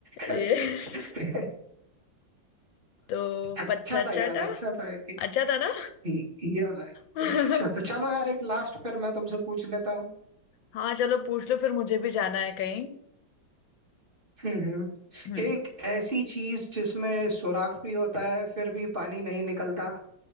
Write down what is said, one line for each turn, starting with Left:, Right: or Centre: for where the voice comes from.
Right: करेक्ट
Left: यस
Right: <laughs>
Left: तो
Right: अच्छा
Left: पत्थर
Right: था ये
Left: चाटा
Right: वाला अच्छा था ये
Left: अच्छा था ना
Right: ये वाला
Left: <laughs>
Right: ये अच्छा तो चलो यार एक लास्ट फिर मैं तुमसे पूछ लेता हूँ
Left: हाँ चलो पूछ लो फिर मुझे भी जाना है कहीं
Right: हम्म हम्म।
Left: हम्म
Right: एक ऐसी चीज जिसमें सुराख भी होता है फिर भी पानी नहीं निकलता